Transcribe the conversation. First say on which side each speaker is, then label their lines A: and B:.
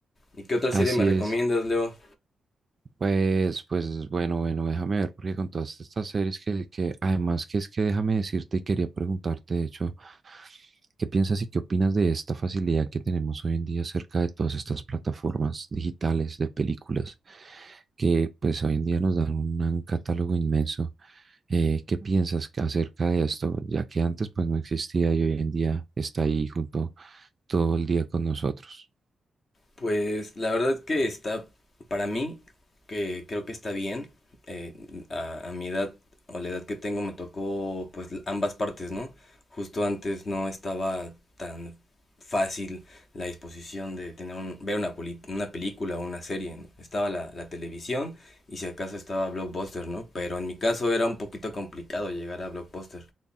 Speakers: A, on the left; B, on the right.
A: ¿Y qué otra
B: así
A: serie me recomiendas,
B: es.
A: Leo?
B: Pues, pues bueno, bueno, déjame ver, porque con todas estas series que, que además que es que déjame decirte y quería preguntarte, de hecho, ¿qué piensas y qué opinas de esta facilidad que tenemos hoy en día acerca de todas estas plataformas digitales de películas que pues hoy en día nos dan un, un catálogo inmenso? Eh, ¿qué piensas que- acerca de esto? Ya que antes pues no existía y hoy en día está ahí junto todo el día con nosotros.
A: Pues la verdad que está, para mí, que creo que está bien. Eh, a, a mi edad o la edad que tengo me tocó pues l- ambas partes, ¿no? Justo antes no estaba tan fácil la disposición de tener un- ver una, poli- una película o una serie, ¿no? Estaba la, la televisión y si acaso estaba Blockbuster, ¿no? Pero en mi caso era un poquito complicado llegar a Blockbuster.